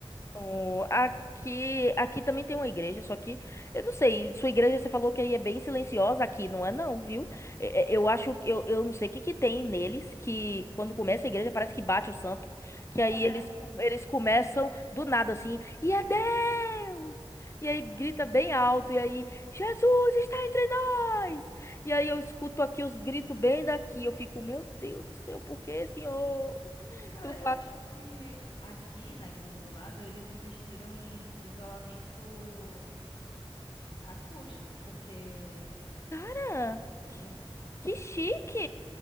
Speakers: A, on the left; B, on the left.
A: Oh,
B: em outro bairro.
A: aqui, aqui também tem uma igreja, só que eu não sei, sua igreja você falou que aí é bem silenciosa aqui, não é não, viu? É, é, Eu acho que eu, eu não sei o que que tem neles que quando começa a igreja parece que bate o santo,
B: <laughs>
A: que aí eles eles começam do nada assim, e é Deus! E
B: Vale.
A: aí grita bem alto e aí Jesus está entre nós! E aí eu escuto aqui os gritos bem daqui, eu fico, meu Deus do céu, por que, Senhor?
B: Cara,
A: Tu
B: eu acho que aqui na igreja do lado eles investiram em isolamento acústico, porque
A: Ah,
B: é possível.
A: que, que chique!